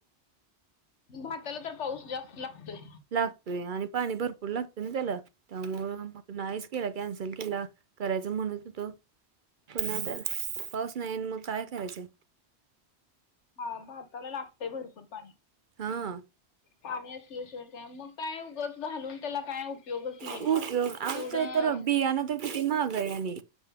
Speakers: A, on the left (about 85°); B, on the right (about 55°).
A: भाताला तर पाऊस जास्त लागतोय.
B: लागतोय आणि पाणी भरपूर लागतं ना त्याला, त्यामुळं मग नाहीच केला. कॅन्सल केला, करायच म्हणत हुतो, पुन्हा तर पाऊस नाही न मग काय करायचं.
A: हा भाताला लागतय भरपूर पाणी.
B: हा.
A: पाणी असल्याशिवाय काय, मग काय उगच घालून त्याला काय उपयोगच नाही.
B: उपयोग,
A: मग.
B: आणि
A: एवढं
B: काय तर बी किती महागाय आणि.